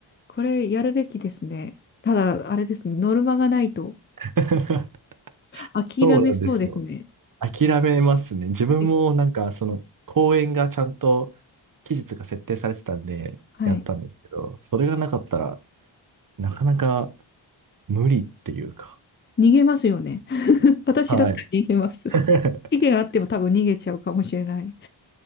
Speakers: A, on the left; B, on the right.
A: これやるべきですね。ただ、あれですね、ノルマがないと
B: <laughs>
A: 諦めそうですね。
B: そうなんですよ。諦めますね。自分もなんか、
A: だって
B: その、公演がちゃんと期日が設定されてたんで、
A: はい。
B: やったんですけど、それがなかったらなかなか無理っていうか。
A: 逃げますよね。<laughs> 私だったら逃げます。
B: はい。
A: <laughs>
B: <laughs>
A: 期限あっても多分逃げちゃうかもしれない。